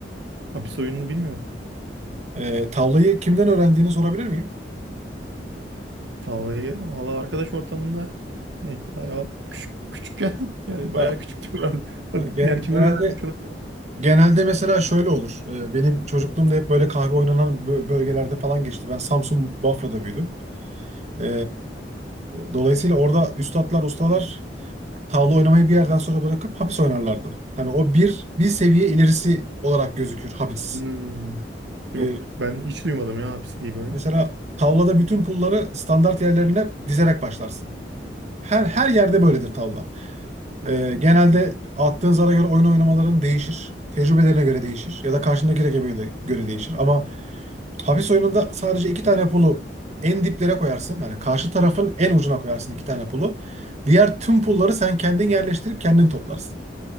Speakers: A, on the right; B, on the right.
A: Hapis oyununu bilmiyorum.
B: E, tavlayı kimden öğrendiğini sorabilir miyim?
A: Tavlayı valla arkadaş ortamında yani bayağı küçük küçükken <laughs> yani
B: Ya
A: bayağı küçüktü Kur'an.
B: Ya gen-
A: Yani kimden
B: Genelde
A: öğrendim çok.
B: genelde mesela şöyle olur. Ee, Benim çocukluğumda hep böyle kahve oynanan bö- bölgelerde falan geçti. Ben Samsun Bafra'da büyüdüm. Ee, dolayısıyla orada üstatlar, ustalar tavla oynamayı bir yerden sonra bırakıp hapis oynarlardı. Hani o bir bir seviye ilerisi olarak gözükür hapis.
A: Hmm, yok
B: Ee,
A: ben hiç duymadım ya hapis diye bir oyun.
B: mesela tavlada bütün pulları standart yerlerine dizerek başlarsın. Her her yerde böyledir tavla. Ee, genelde attığın zara göre oyun oynamaların değişir. Tecrübelerine göre değişir. Ya da karşındaki rakibe göre göre değişir. Ama hapis oyununda sadece iki tane pulu en diplere koyarsın. Yani karşı tarafın en ucuna koyarsın iki tane pulu. Diğer tüm pulları sen kendin yerleştirip kendin toplarsın.